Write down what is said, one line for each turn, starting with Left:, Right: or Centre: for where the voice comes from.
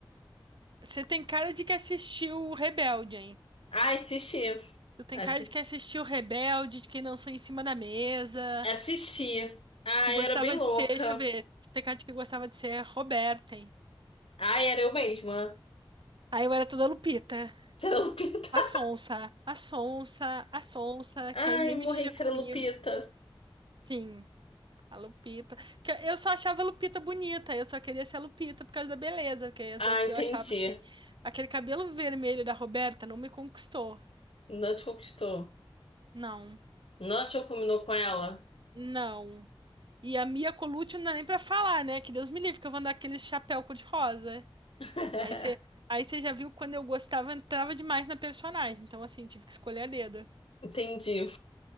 Right: Você tem cara de que assistiu o Rebelde, hein?
Left: Ah, assisti.
Right: Tu tem
Left: Assi-
Right: cara de que assistiu o Rebelde, de quem dançou em cima da mesa,
Left: Assisti. Ah,
Right: que
Left: eu
Right: gostava
Left: era bem louca.
Right: de ser, deixa eu ver, tu tem cara de que gostava de ser Roberta, hein?
Left: Ah, era eu mesma.
Right: Aí eu era toda Lupita.
Left: Era Lupita.
Right: A sonsa,
Left: <laughs>
Right: a sonsa, a sonsa, que
Left: Ai,
Right: aí ninguém mexia
Left: morri, será
Right: comigo.
Left: Lupita.
Right: Sim, a Lupita. Que eu eu só achava a Lupita bonita, eu só queria ser a Lupita por causa da beleza, porque as
Left: Ah,
Right: outras
Left: entendi.
Right: eu achava que aquele cabelo vermelho da Roberta não me conquistou.
Left: Não te conquistou.
Right: Não,
Left: Não achou que combinou com ela?
Right: não. E a Mia Colucci não dá nem pra falar, né? Que Deus me livre, que eu vou andar com aquele chapéu cor-de-rosa.
Left: <laughs>
Right: Aí você aí você já viu quando eu gostava, entrava demais na personagem. Então, assim, tive que escolher a dedo.
Left: Entendi.